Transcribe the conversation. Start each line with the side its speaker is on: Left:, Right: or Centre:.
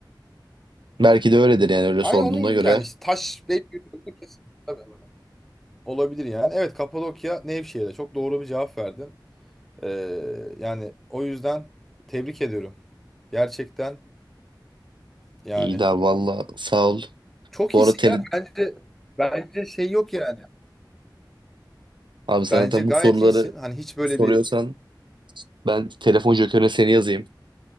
Right: Belki de öyledir yani öyle
Centre: aynı
Right: sorduğuna
Centre: onun
Right: göre.
Centre: yani işte taş belki tabii. Olabilir yani. Evet Kapadokya Nevşehir'de çok doğru bir cevap verdin. Ee, yani o yüzden tebrik ediyorum. Gerçekten yani
Right: İyi de abi, valla sağ ol.
Centre: çok
Right: Bu
Centre: iyisin
Right: arada tele...
Centre: ya. Bence bence şey yok yani.
Right: abi sen
Centre: Bence
Right: zaten
Centre: gayet
Right: bu soruları
Centre: iyisin. Hani hiç böyle
Right: soruyorsan
Centre: bir
Right: ben telefon jokerine seni yazayım.